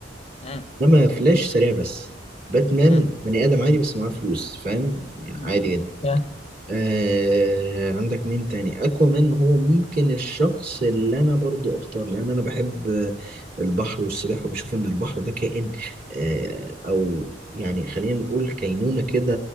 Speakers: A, on the left; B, on the right.
A: مم.
B: انما فلاش سريع بس باتمان
A: مم.
B: بني ادم عادي بس معاه فلوس فاهم يعني
A: مم.
B: عادي جدا
A: يعني
B: آه عندك مين تاني اكوامان هو ممكن الشخص اللي انا برضو اختار لان انا بحب آه، البحر والسباحه وبشوف ان البحر ده كائن آه او يعني خلينا نقول كينونه كده